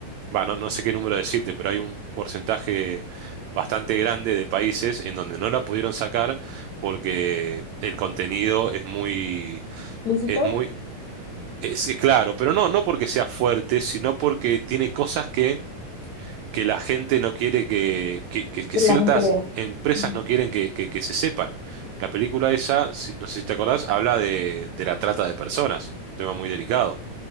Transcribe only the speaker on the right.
bueno, no no sé qué número decirte, pero hay un porcentaje bastante grande de países en donde no la pudieron sacar porque el contenido es muy
es muy es sí, claro, pero no, no porque sea fuerte, sino porque tiene cosas que, que la gente no quiere que, que, que- que
ciertas
empresas
no quieren que, que- que se sepan. La película esa, si- no sé si te acordás, habla de, de la trata de personas, un tema muy delicado,